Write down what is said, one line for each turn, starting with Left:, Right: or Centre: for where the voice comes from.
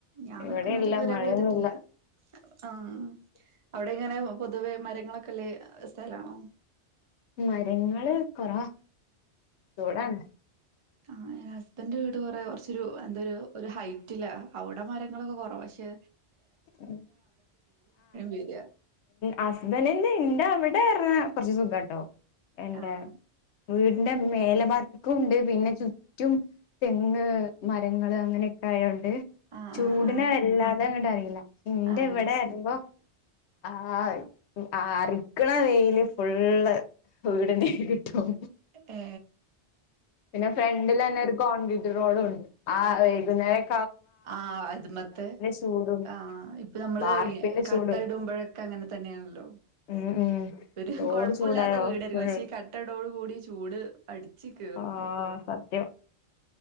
Right: ഞാൻ
Left: ഇവിടെയില്ല
Right: നിക്കുന്നത് ഇതുവരെ
Left: മഴയൊന്നുല്ല
Right: പോയ്തിട്ടില്ല ആഹ് അവിടെ ഇങ്ങനെ പൊതുവെ മരങ്ങളൊക്കെല്ലേ സ്ഥലാണോ
Left: മരങ്ങള് കൊറാ ചൂടാണ്
Right: ആഹ് ഹസ്ബൻഡ് അതു <unintelligible> കുറച്ചൊരു എന്തൊരു ഹൈ റ്റില്ല അവിടെ മരങ്ങളൊക്കെ കൊറവ പക്ഷേ
Left: ആ <unintelligible>
Right: വരിക
Left: ഹസ്ബന്റിന്റെ ഇണ്ടാവി <unintelligible> കുറച്ചു സുഖാട്ടോ എന്റെ
Right: ആഹ്
Left: വീടിന്റെ മേലേഭാഗത്തും ഉണ്ട് പിന്നെ ചുറ്റും തെങ്ങ് മരങ്ങള് അങ്ങനെയൊക്കെ ആയോണ്ട്
Right: ആ
Left: ചൂടിനെ
Right: ആ ആ
Left: വല്ലാതങ്ങോട്ട് അറി എന്റെ
Right: ആ
Left: ഇവിടെ
Right: അത് ശരി
Left: അർയുമ്പോ ആ ആഹ് അറിക്കണ് വെയില് ഫുള്ള് വീടിന്റെ കിട്ടും
Right: ഏ
Left: പിന്നെ ഫ്രണ്ടില് തന്നെ ഒരു കോൺഗ്രീ റോഡുണ്ട് ആ വൈകുന്നേരം
Right: ആ അത് മത്തേ
Left: ചൂടും
Right: ആഹ ഇപ്പൊ നമ്മള്
Left: വാർപ്പിന്റെ
Right: കട്ട
Left: ചൂടും
Right: ഇടുമ്പോഴൊക്കെ അങ്ങനെ തന്നെയാണല്ലോ
Left: ഉം ഉം
Right: ഒരു
Left: റോഡ്
Right: കുഴപ്പില്ലാത്ത
Left: ചൂടായോ
Right: വീടാരിക്കും
Left: ഫുൾ
Right: പക്ഷേ ഈ കട്ട ഇടോടു കൂടി ചൂട് അടിച്ച് കേറും
Left: ആ സത്യം